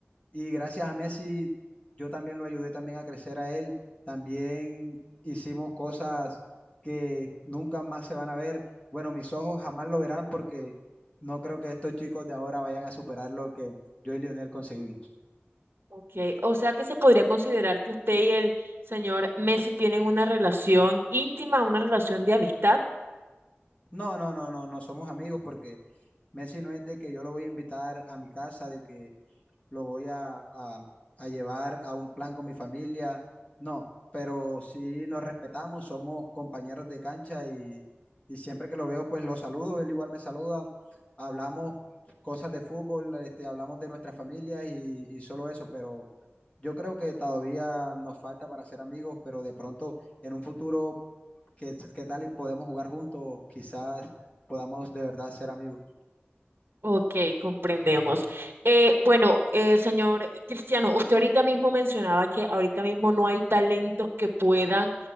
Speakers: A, on the left (about 30°); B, on the right (about 55°).
A: y gracias a Messi, yo también lo ayudé también a crecer a él. También hicimos cosas que nunca más se van a ver. Bueno, mis ojos jamás lo verán porque no creo que estos chicos de ahora vayan a superar lo que yo y Lionel conseguimos.
B: Ok, o sea que se podría considerar que usted y el señor Messi tienen una relación íntima, una relación de amistad.
A: No, no, no, no, no somos amigos porque Messi no es de que yo lo voy a invitar a mi casa, de que lo voy a, a- a llevar a un plan con mi familia, no, pero sí nos respetamos, somos compañeros de cancha y, y siempre que lo veo pues lo saludo, él igual me saluda, hablamos cosas de fútbol, este, hablamos de nuestras familias y, y solo eso, pero yo creo que todavía nos falta para ser amigos, pero de pronto en un futuro ¿Qué, qué tal y podemos jugar juntos? Quizás podamos de verdad ser amigos.
B: Ok, comprendemos. Eh, bueno, eh, señor Cristiano, usted ahorita mismo mencionaba que ahorita mismo no hay talentos que puedan